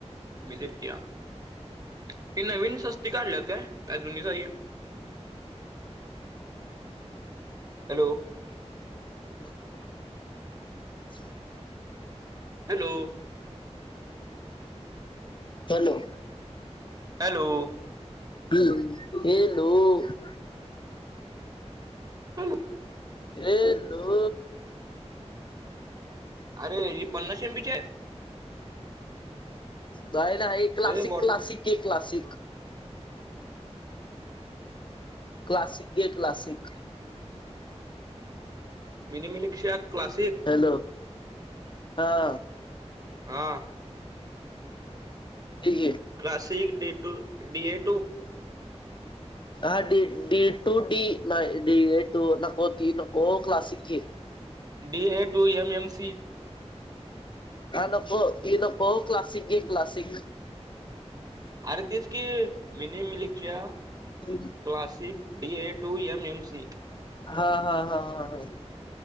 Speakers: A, on the right; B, on the left.
A: विलेक्यान विनत ती काढल्यात काय काय जुनीच आहे. Hello,
B: <inaudible>
A: hello,
B: hello?
A: हॅलो.
B: हम् <unintelligible>
A: हॅलो
B: एल <unintelligible>
A: अरेरे ही पन्नास एमबीची आहे?
B: जायला एक क्लासिक-क्लासिक-
A: ए बॉट
B: के क्लासिक. क्लासिक ये क्लासिक.
A: मिनिमिलिक्शा क्लासिक
B: हॅलो हा,
A: हा,
B: हे घे
A: classic D two, D A to <inaudible> <inaudible>
B: हडीडी ट डी ना डी टू नको त नको क्लासिक घ
A: D A two M M C
B: कानप येनप क्लासिक गे क्लासिक
A: अरे तेच की मी न मिलकची या
B: ते
A: classic D A two M M C
B: हा हा हा हा हा